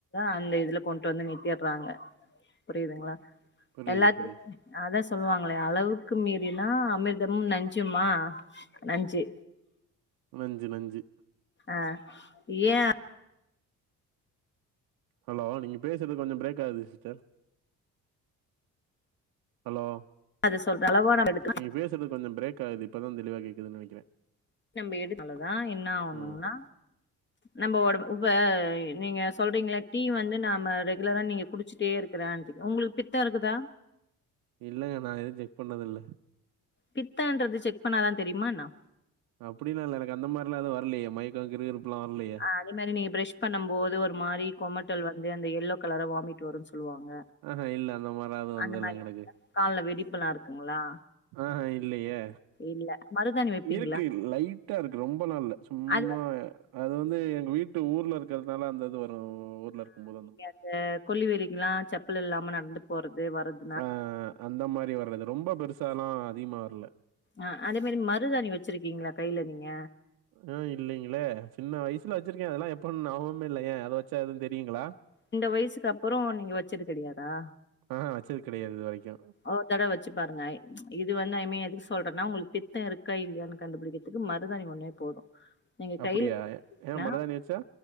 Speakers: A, on the left (about 30°); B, on the right (about 80°).
A: அந்த இதுல கொண்டு வந்து நிறுத்தடுறாங்க புரியுதுங்களா
B: புரியுது,
A: எல்லாத்துமே
B: புரியுது.
A: அதா சொல்லுவாங்களே அளவுக்கு மீறினா அமிர்தமு நஞ்சுமா நஞ்சு
B: நஞ்சு நஞ்சு
A: அ ஏ
B: ஹலோ நீங்க பேசுறது கொஞ்ச பிரேக் ஆகுது சிஸ்டர் ஹலோ
A: அது சொல்ற அவா நம்ம எடு
B: நீங்க பேசுறது கொஞ்ச பிரேக் ஆகுது இப்பதா தெளிவா கேக்குது நெனைக்கிறே
A: நம்ம எடுக்காலதா என்ன ஆகணும்னா
B: ம்
A: நம்ம ஒட இப்ப நீங்க சொல்றீங்கள டீ வந்து நாம ரெகுலரா நீங்க குடிச்சட்டே இருக் கிறா உங்களுக்கு பித்த இருக்குதா
B: இல்லங்க நா எதுவு செக் பண்ணதில்ல
A: பித்தன்றது செக் பண்ணாதா தெரியுமா என்னா
B: அப்டின்னா இல்ல எனக்கு அந்த மாரிலா எது வரலையே மயக்க கிரு இருப்புல்லா வரலயே
A: ஆ அதே மாரி நீங்க ப்ரஷ் பண்ணும் போது ஒரு மாரி கொமட்டல் வந்து அந்த எல்லோ கலரா வாமிட் வருனு சொல்லுவாங்க
B: ஆ ஹ இல்ல அந்த மாரிலா வந்தது
A: அந்த
B: இல்ல
A: மாரி
B: எனக்கு
A: கால்ல வெடிப்புலாம் இருக்குங்களா?
B: ஆ இல்லயே
A: இல்ல. மருதாணி வைப்பீங்களா?
B: இருக்கு லைட்டா இருக்கு ரொம்பலா சும்மா
A: அது
B: அது வந்து எங்க வீட்டு ட்டு ஊர்ல இருக்கிறதுனால அந்த இது வரு ஊர்ல இருக்கும் போது அந்த
A: இந்த கொல்லி வெரிக்கல்லா செப்பல் இல்லாம நடந்து போறது வர்றது
B: ஆ அந்த மாரி வர்றது ரொம்ப பெருசலா அதிகமா வரல
A: ஆ அதே மாரி மருதாணி வச்சிருக்கீங்களா கைல நீங்க
B: ஆ இல்லங்கிளே சின்ன வயசுல வச்சிருக்க அதெல்லா எப்ப ஞாபமே இல்ல ஏ வச்சா எதுவு தெரியுங்களா
A: ரெண்டு வயசுக்கு அப்புற நீங்க வச்சது கெடையாதா
B: ஆ வச்சது கெடையாது இது வரைக்கு
A: ஒரு தட வச்சு பாருங்க இது வந்து ஐ மீன் எதுக்கு சொல்றேன்னா உங்ளுக்கு பித்த இருக்கா இல்லையான்னு கண்டுபிடிக்க த்துக்கு மருதானி ஒன்னே போது நீங்க
B: அப்டியா
A: கையில வைங்கன்னா
B: ஏ மருதானி வச்சா